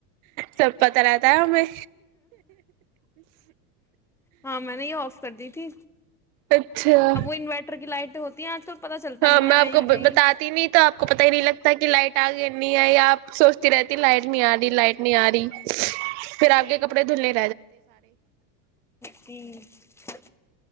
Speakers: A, on the right; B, in the centre.
A: سب پتاہ رہتا ہے میں
B: ہاں میں نے یہ آف کر دی تھی
A: اچھا
B: اب وہ انورٹر کی لائٹیں ہوتی ہیں آج کل پتا چلتا
A: ہاں
B: نہیں
A: میں
B: ہے آئی
A: آپ کو
B: گئی
A: بتاتی نہیں تو آپ کو پت ہی نہیں لگتا کہ لائٹ آ گئی نہیں ہے یا آپ سوچتی رہتی لائٹ نہیں آ رہی لائٹ نہیں آ رہی پھر آپ کے کپڑ دھلیں
B: سی ہ <unintelligible>